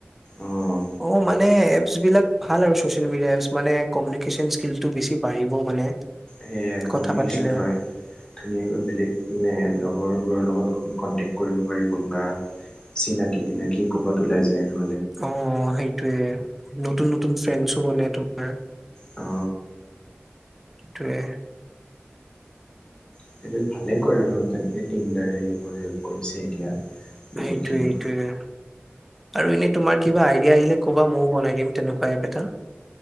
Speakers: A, on the left; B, in the centre.
A: অ'
B: অ' মানে ইউচ বিলাক ভাল আৰু চচিয়েল মিডিয়া ইউচ্ মানে কমিউনিকেশ্যন স্কিলটো বেছি বাঢ়িব মানে।
A: সেয়ে কমিউনিকেশ্যন
B: কথা পাতিলে
A: হয়। ধুনীয়াকৈ বেলেগ মানে লগৰবোৰৰ লগত কনটেক্ট কৰিব পাৰি কোনোবা চিনাকি তিনাকি ক'ৰবাত ওলাই যায় ন।
B: অ', অ' সেইটোয়ে নতুন নতুন ফ্ৰেন্ডছ <unintelligible>
A: অ
B: এটোৱে
A: সেইটোৱে ভালে কৰে বাৰু তেনেকে টিন্দাৰে সেইবোৰ হেল্প কৰিছে এতিয়া। বহুতখিনি।
B: সেইটোৱে সেইটোৱে আৰু এনে তোমাৰ কিবা আইডিয়া আহিলে ক'বা। ময়ো বনাই দিম তেনেকুৱা এপ এটা।